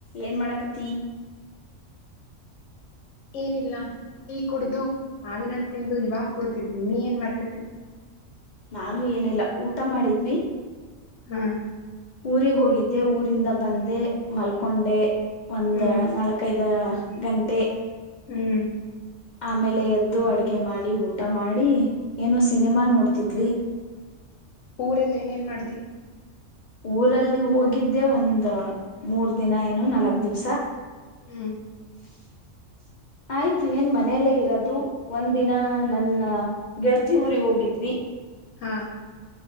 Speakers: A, on the left; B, on the left.
A: ಏನ್ ಮಾಡಕತಿ
B: ಏನಿಲ್ಲ ಕುಡ್ದು ಮಾಾವಿನಣು ತಿಂದು ಇವಾಗ ಕೂತಿದ್ವಿ ನೀ ಏನ್ ಮಾಡಡಗತಿ
A: ನಾನು ಏನಿಲ್ಲ ಊಟ ಮಾಡಿದ್ವಿ
B: ಹಾ
A: ಊರಿಗೆ ಹೋಗಿದ್ದೆ ಊರಿಂದ ಬಂದೆ ಮಲ್ಕೊಂಡೆ ಒಂದ
B: ಹ್ಮ್
A: ನಾಲ್ಕೈದ ಗಂಟೆ
B: ಹ್ಮ್
A: ಆಮೇಲೆ ಎದ್ದು ಅಡಗೆ ಮಾಡಿ ಊಟ ಮಾಡಿ ಏನೋ ಸಿನಿಮಾ ನೋಡ್ತಿದ್ವಿ
B: ಊರಲ್ಲ ಏನೇನ್ ಮಾಡ್ದಿ
A: ಊರಲ್ಲಿ ಹೋಗಿದ್ದೆ ಒಂದ ಮೂರ್ ದಿನ ಏನುೋ ನಾಲ್ಕ್ ದಿವ್ಸ
B: ಹ್ಮ್
A: <unintelligible> ಆಯ್ತು ಏನ್ ಮನೆಯಲ್ಲೇ ಇರೋದು ಒಂದ್ ದಿನ ನನ್ನ ಗೆಳತಿಿ ಊರಿಗೆ ಹೋಗಿದ್ವಿ
B: ಹಾ